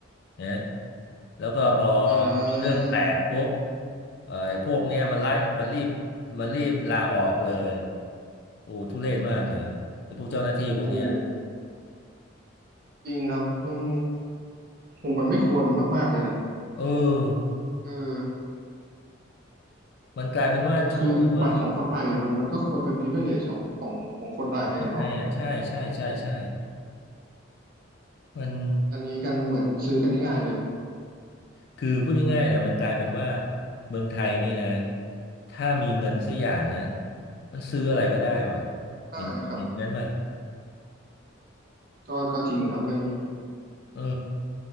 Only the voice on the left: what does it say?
นะแล้วก็พอ
พอเรื่องแตกปุ๊บเอ่อไอ้พวกเนี้ยมันไล่มันรีบมันรีบลาออกเลยโอ้ทุเรศมากเลยไอ้พวกเจ้าหน้าที่พวกเนี้ย
เออ
มันกลายเป็นว่าโชว์เหมือนว่า
ของคนไทยอ่ะใช่ใช่ใช่ใช่มัน
คือพูดง่ายๆนะมันกลายเป็นว่าเมืองไทยนี่นะถ้ามีเงินสักอย่างนะมันซื้ออะไรก็ได้ว่ะ
เห็นเห็นงั้นป่ะ
เออ